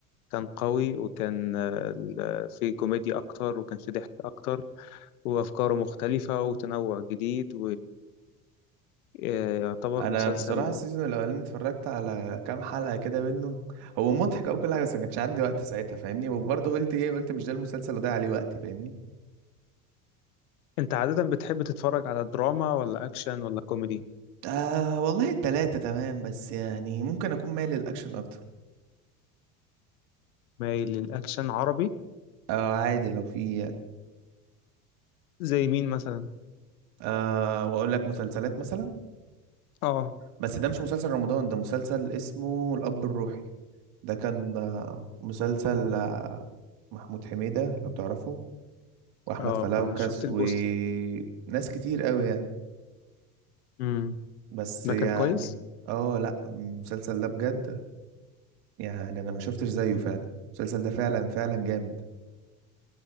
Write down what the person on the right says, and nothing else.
انا
بصراحه السيزون الاولاني اتفرجت على كام حلقه كده منه هو مضحك او كل حاجه بس ما كانش عندي وقت ساعتها فاهمني وبرضه قلت ايه قلت مش ده المسلسل اللي ضيع عليه وقتي فاهمني
آه والله التلاتة تمام بس يعني ممكن أكون مايل للأكشن أكتر
آه عادي لو في يعني.
آه وأقول لك مسلسلات مثلا
بس ده مش مسلسل رمضان ده مسلسل اسمه الأب الروحي ده كان آه مسلسل آه محمود حميدة لو تعرفه وأحمد
فلوكس
وناس كتير قوي يعني
بس
يعني
اه لا المسلسل ده بجد يعني أنا ما شفتش زيه فعلا المسلسل ده فعلا فعلا جامد